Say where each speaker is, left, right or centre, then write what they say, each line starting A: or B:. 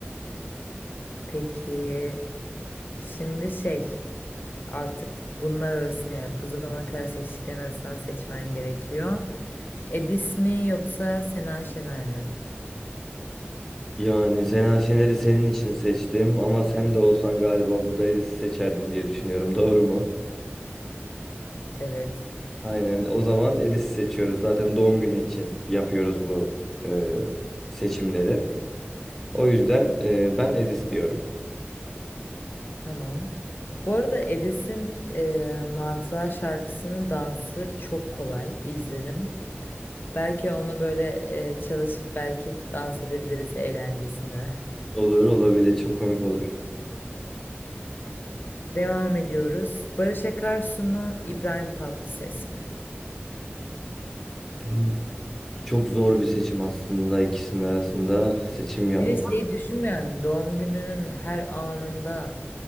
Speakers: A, on the left; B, in the centre.
A: Peki şimdi şey artık bunlar arasında yani bu zamana kadar seçtiklerin arasından seçmen gerekiyor. Edis mi yoksa Sena Şener mi?
B: Yani Sena Şener'i senin için seçtim ama sen de olsan galiba burada Edis'i seçerdin diye düşünüyorum. Doğru mu?
A: <laughs> Evet.
B: Aynen. O zaman Edis'i seçiyoruz. Zaten doğum günü için yapıyoruz bu e, seçimleri. O yüzden e, ben Edis diyorum.
A: Tamam. Bu arada Edis'in e, Martılar şarkısının dansı çok kolay. İzledim. Belki onu böyle e, çalışıp belki dans edebiliriz eğlencesine.
B: Olur olabilir. Çok komik olur.
A: Devam ediyoruz. Barış Akarsu mu, İbrahim Tatlıses mi?
B: <laughs> Çok zor bir seçim aslında ikisinin arasında seçim yapmak.
A: Bir de şeyi düşünmeyen doğum gününün her anında